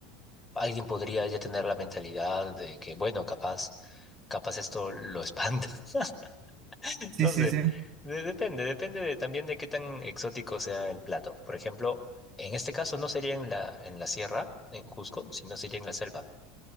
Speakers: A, on the left; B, on the right.
A: alguien podría ya tener la mentalidad de que, bueno, capaz, capaz esto lo espanta. <laughs>
B: sí,
A: No
B: sí,
A: sé.
B: sí. A
A: De- depende, depende de- también de qué tan exótico sea el plato. Por ejemplo, en este caso no sería en la, en la sierra, en Cusco, sino sería en la selva.